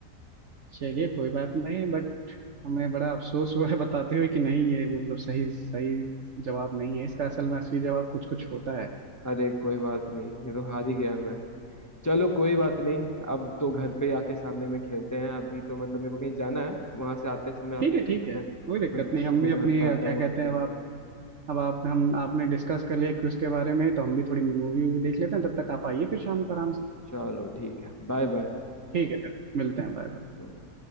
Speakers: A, on the right; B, on the left.
A: चलिए कोई बात नहीं बट हमें बड़ा अफसोस हुआ है बताते हुए कि नहीं ये मतलब सही सही जवाब नहीं है इसका असल में असली जवाब कुछ कुछ होता है
B: अरे कोई बात नहीं ये तो हार ही गया मैं चलो कोई बात नहीं अब तो घर पे आके सामने में खेलते हैं अभी तो मतलब मेरे को कहीं जाना है वहां से आते समय आपके
A: ठीक
B: घर
A: है ठीक है
B: पे मैं
A: कोई दिक्कत
B: मैं
A: नहीं हम
B: मैं
A: भी
B: घर
A: अपनी
B: पे आता
A: अ, क्या
B: हूँ
A: कहते
B: आपके
A: हैं अब आप हम आपने डिस्कस कर लिया क्विज के बारे में तो हम भी थोड़ी मूवी वूवी देख लेते हैं तब तक आप आइए फिर शाम को आराम से
B: चलो ठीक है बाय
A: ठीक है फिर मिलते हैं बाय बाय
B: बाय